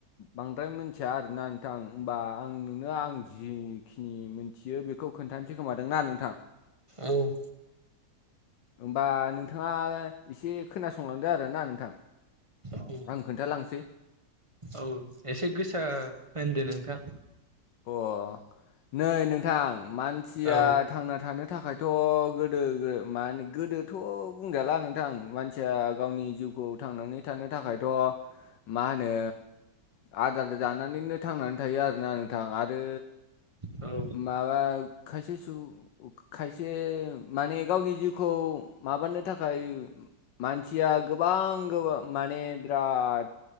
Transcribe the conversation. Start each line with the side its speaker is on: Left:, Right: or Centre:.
Left: बांद्राय मोन्थिया आरोना नोंथां होमबा आं नोंनो आं जिखिनि मिन्थियो बेखौ खोन्थानोसै खोमादों ना नोंथां?
Right: औ
Left: होमबा नोंथाङा एसे खोनासंलांदो आरोना नोंथां।
Right: औ
Left: आं खोन्थालांसै
Right: औ एसे गोसा होनदो नोंथां।
Left: अह नै नोंथां मानसिया
Right: औ
Left: थांना थानो थाखायथ' गोदो मान गोदोथ' बुंजाला नोंथां मानसिया गावनि जिउखौ थांनानै थानो थाखायथ' मा होनो आदार जानानैनो थांनानै थायो आरोना। नोंथां आरो
Right: औ
Left: माबा खायसे सुबुं खायसे माने गावनि जिउखौ माबानो थाखाय मानसिया गोबां गो माने बिराद